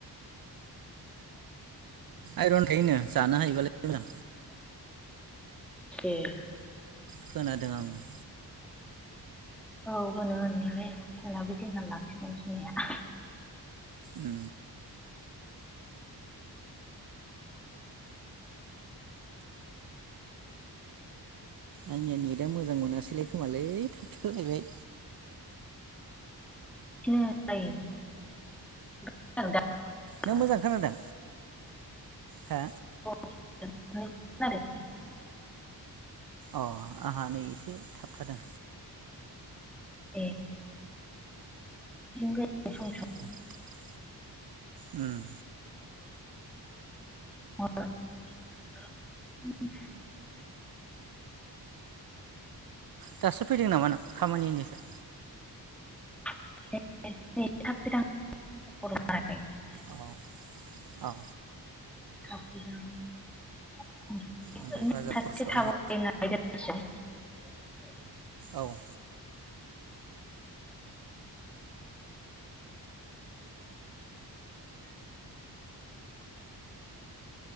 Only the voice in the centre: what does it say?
ए
औ होनो होननायालै जोंनाबो बिदि होनना लाखिदों बिमाया
<unintelligible> आरो
<unintelligible>
ए। <unintelligible>
<unintelligible>
<unintelligible>
<unintelligible>
<unintelligible>